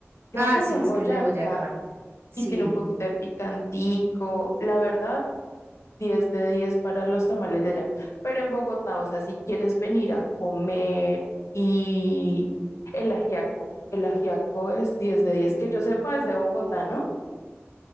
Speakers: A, on the left; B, on the right.
A: Creo
B: Ah,
A: que es
B: sí,
A: en
B: es
A: Boyacá
B: que el de Boyacá. Sí,
A: y tiene un poquito de picantico. La verdad, 10 de 10 para los tamales de allá. Pero en Bogotá, o sea, si quieres venir a comer y el ajiaco, el ajiaco es 10 de 10 que yo sepa es de Bogotá, ¿no?